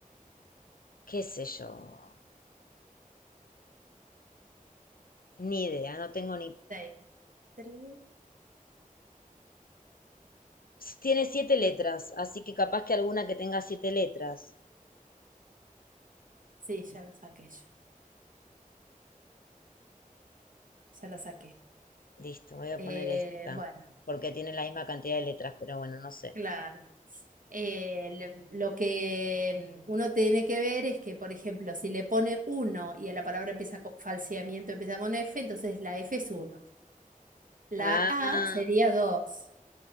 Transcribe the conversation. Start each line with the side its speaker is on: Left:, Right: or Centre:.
Left: qué sé yo, ni idea, no tengo ni...
Right: Seis, tres,
Left: Tiene siete letras,
Right: tres.
Left: así que capaz que alguna que tenga siete letras.
Right: Sí, ya la saqué yo. Ya la saqué.
Left: Listo, voy a
Right: Eh,
Left: poner esta,
Right: bueno,
Left: porque tiene la misma cantidad de letras, pero bueno, no sé.
Right: claro. Eh, le- lo que mm, uno tiene que ver es que, por ejemplo, si le pone uno y a la palabra empieza con falseamiento, empieza con F, entonces la F es uno. La
Left: Ah,
Right: A sería dos.